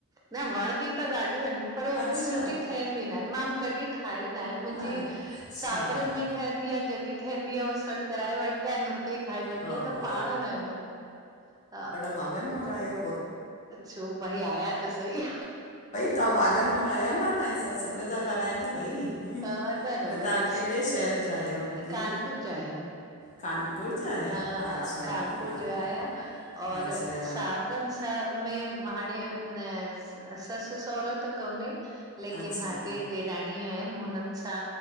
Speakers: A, on the right; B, on the left.
A: न वणंदी त ॾाढियूं आइन, पर ओतरी
B: अच्छा
A: सुठी ठहंदी न आहिन मां तॾीं ठाही नाए, मुंजी
B: अच्छा
A: सावरन में ठहंदी आ जॾीं ठहंदी आ बसि सॾ कराए वठदा आइन, उते ई खाई वठदी
B: ओहो
A: आं त पाण न हा
B: भाॻन वारा आयो।
A: अछो भई आया त सही,
B: तां भाॻन वारा आयो न, तांजी ससु सॾ ता कराइन भई,
A: त न
B: ॿियो
A: न वई
B: तव्हां
A: अस
B: कहिड़े शहर जा आहियो दीदी
A: कानपुर जा आयूं।
B: कानपुर जा आहियो
A: हा हा
B: अच्छा
A: कानपुर
B: न
A: जो
B: न
A: आया, और
B: अच्छा
A: साव रन स में हाणे न ससु सोरो त कोने लेकिन
B: अच्छा
A: हा ॾेर ॾेराणियूं आहिन, हुन हुनन सां